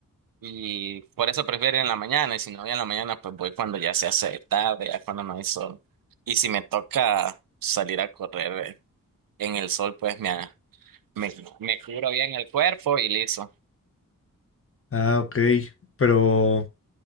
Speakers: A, on the right; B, on the left.
A: y por eso prefiero ir en la mañana y si no voy en la mañana pues voy cuando ya se hace tarde, ya cuando no hay sol. Y si me toca salir a correr. eh, en el sol, pues me, me, me cubro bien el cuerpo y listo.
B: Ah, ok. Pero